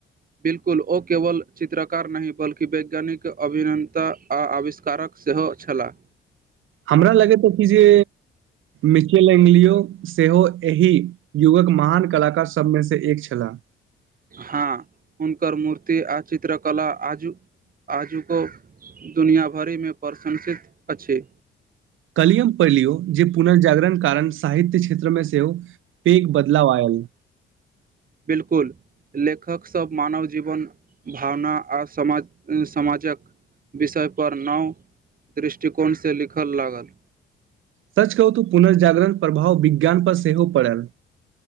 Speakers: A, on the right; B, on the right.
A: बिलकुल ओ केवल चित्रकार नहि बल्कि वैज्ञानिक अभििनता आ आविष्कारक सेहो छलाह
B: हमरा लगे त कि जे मिचेलेलियो सेहो एहि युगक महान कलाकार सभमेसँ एक छलाह
A: हँ हुनकर मूर्ति आ चित्रकला आजु आजुको दुनिआँ भरिमे प्रशंसित अछि
B: कलियम पढ़ि लियौ जे पुनर्जागरण कारण साहित्य क्षेत्रमे सेहो पैघ बदलाव आल
A: बिलकुल लेखकसभ मानव जीवन भावना आ समाज समाजक विषयपर नव दृष्टिकोणसँ लिखय लागल
B: सच कहू तू पुनर्जागरण प्रभाव विज्ञान पर सेहो पड़ल